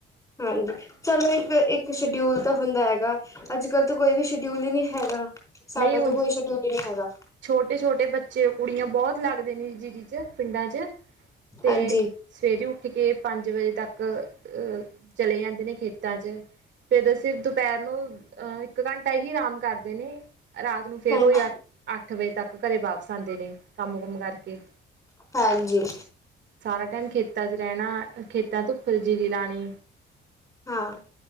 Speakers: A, on the left; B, on the right.
A: ਹਾਂਜੀ ਚਲੋ ਇੱਕ ਇੱਕ ਸ਼ਡਿਊਲ ਤਾਂ ਹੁੰਦਾ ਹੈਗਾ ਅੱਜ ਕੱਲ੍ਹ ਤਾਂ ਕੋਈ ਵੀ ਸ਼ਡਿਊਲ ਹੀ ਨਹੀਂ ਹੈਗਾ ਸਾਡਾ
B: ਨਹੀਂ ਹੁਣ
A: ਤਾਂ ਕੋਈ ਸ਼ਡਿਊਲ ਹੀ ਨਹੀਂ ਹੈਗਾ
B: ਛੋਟੇ ਛੋਟੇ ਬੱਚੇ ਕੁੜੀਆਂ ਬਹੁਤ ਲੱਗਦੇ ਨੇ ਜਿ ਚ ਪਿੰਡਾਂ ਚ ਤੇ
A: ਹਾਂਜੀ
B: ਸਵੇਰੇ ਉੱਠ ਕੇ ਪੰਜ ਵਜੇ ਤੱਕ ਅਹ ਚਲੇ ਜਾਂਦੇ ਨੇ ਖੇਤਾਂ 'ਚ ਫੇਰ ਅਸੀਂ ਦੁਪਹਿਰ ਨੂੰ ਅਹ ਇੱਕ ਘੰਟਾ ਹੀ ਆਰਾਮ ਕਰਦੇ ਨੇ ਰਾਤ ਨੂੰ ਫੇਰ
A: ਹਾਂਜੀ
B: ਉਹ ਯ ਅੱਠ ਵਜੇ ਤੱਕ ਘਰੇ ਵਾਪਸ ਆਉਂਦੇ ਨੇ ਕੰਮ ਕੁਮ ਕਰਕੇ
A: ਹਾਂਜੀ
B: ਸਾਰਾ ਟਾਈਮ ਖੇਤਾਂ ਚ ਰਹਿਣਾ ਖੇਤਾਂ ਧੁੱਪ ਜੀਰੀ ਲਾਣੀ
A: ਹਾਂ